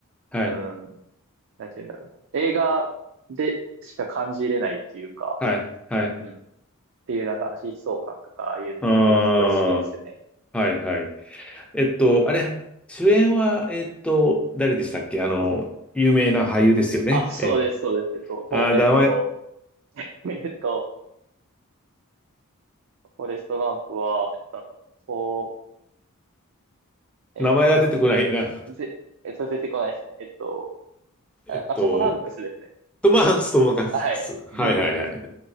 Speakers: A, in the centre; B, on the right.
A: はい
B: うん、なんて言うんだろうな。映画でしか感じれないっていうか、
A: はいはい
B: うん。っていうなんかあの疾走感とか、ああいう感じがすごい好きですね。
A: ああはいはいえっとあれ主演はえっと誰でしたっけあの有名な俳優ですよねえ
B: あ、そうです、そうです。えっと、と、
A: あ名前
B: えっと、<laughs> えっと、フォレストガンプは、えっと、あの、と、えっと、
A: 名前が出てこないな
B: ぜ、えっと、出てこないですね。えっと、
A: えっと
B: あ、あトム・ハンクスですね。
A: トム・ハンクストム・ハンクスはいはいはい
B: はい。<laughs>